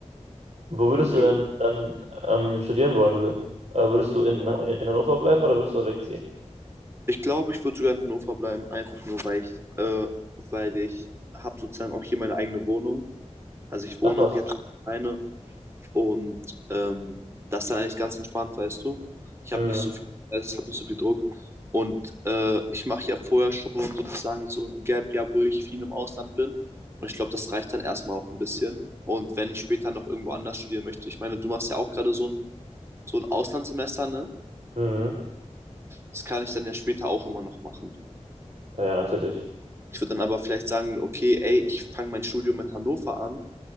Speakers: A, on the right; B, on the right.
A: Wo würdest
B: du, du,
A: du denn dann ähm, studieren wollen? Wür- Äh, würdest du in, ne, in Hannover bleiben oder würdest du wegziehen?
B: Ich glaube, ich würde sogar in Hannover bleiben, einfach nur, weil ich, äh, weil ich habe sozusagen auch hier meine eigene Wohnung. Also ich
A: Ach
B: wohne
A: was.
B: auch jetzt alleine und ähm, das ist dann eigentlich ganz entspannt, weißt du. Ich habe
A: Mhm.
B: nicht so viel, Stress, ich habe nicht so viel Druck. Und äh, ich mache ja vorher schon sozusagen so ein Gap-Jahr, wo ich viel im Ausland bin. Und ich glaube, das reicht dann erstmal auch ein bisschen. Und wenn ich später noch irgendwo anders studieren möchte, ich meine, du machst ja auch gerade so ein, so ein Auslandssemester, ne?
A: Mhm.
B: Das kann ich dann ja später auch immer noch machen.
A: Ja, ja, natürlich.
B: Ich würde dann aber vielleicht sagen, okay, ey, ich fange mein Studium in Hannover an